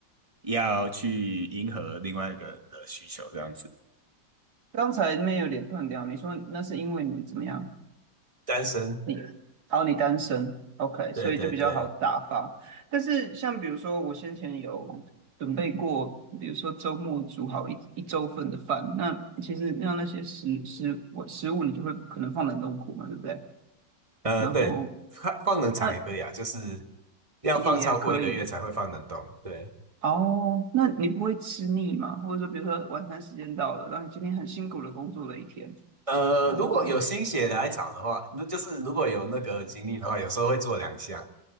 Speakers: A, on the right (about 20°); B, on the right (about 60°).
A: 要去迎合另外一个人的需求这样子。
B: 刚才那边有点断掉，你说那是因为你怎么样？
A: 单身，
B: 你，哦，你单身，OK，
A: 对对对，
B: 所以就比较好打发。但是像比如说，我先前有准备过，比如说周末煮好一一周份的饭，那其实让那些食食物食物，你就会可能放冷冻库嘛，对不对？
A: 呃，
B: 然后
A: 对，放放冷藏也可以啊，
B: 那
A: 就是要放超过一个月才会放冷冻。
B: 也也可以
A: 对，
B: 哦。那你不会吃腻吗？或者说，比如说晚餐时间到了，然后你今天很辛苦的工作了一天，
A: 呃，
B: 然后
A: 如果有心血来潮的话，如就是如果有那个精力的话，有时候会做两项，